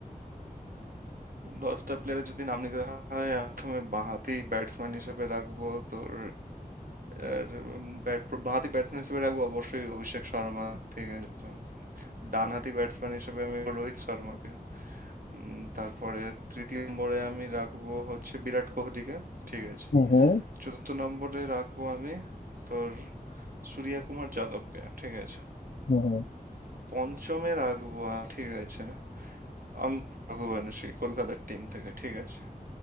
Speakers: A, on the right; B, on the left.
A: দশটা প্লেয়ারের যদি নাম নিতে হয় প্রথমে বাঁহাতি ব্যাটসম্যান হিসেবে রাখবো তোর আর, উম, bat- বাঁহাতি ব্যাটসম্যান হিসেবে রাখবো অবশ্যই অভিষেক শর্মা ঠিক আছে ডানহাতি ব্যাটসম্যান হিসেবে আমি রোহিত শর্মাকে উম, তারপরে তৃতীয় নম্বরে আমি রাখবো হচ্ছে বিরাট কোহলিকে ঠিক আছে
B: হুম হুম
A: চতুর্থ নম্বরে রাখবো আমি তোর সূর্য কুমার যাদবকে ঠিক আছে
B: হুম হুম
A: পঞ্চমে রাখবো আ- ঠিক আছে অঙ্ক রঘুবংশী কলকাতার টিম থেকে ঠিক আছে